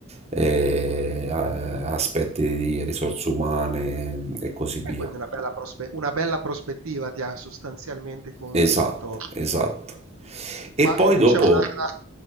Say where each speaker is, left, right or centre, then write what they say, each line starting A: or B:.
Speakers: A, on the right; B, on the right.
A: eh, a- aspetti di risorse umane e così via.
B: E quindi una bella prospe- una bella prospettiva ti ha sostanzialmente convinto.
A: Esatto, esatto. E
B: Ma
A: poi
B: invece
A: dopo,
B: ho un'altra,